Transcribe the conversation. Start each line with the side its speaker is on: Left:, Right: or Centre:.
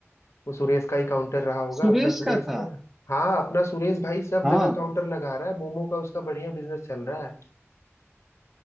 Left: वो सुरेश का ही काउंटर रहा होगा
Centre: सुरेश
Left: अपना सुरेश
Centre: का था
Left: ना हाँ अपना सुरेश भाई सब
Centre: हाँ
Left: जगह काउंटर लगा रहा है मोमो का उसका बढ़िया बिजनेस चल रहा है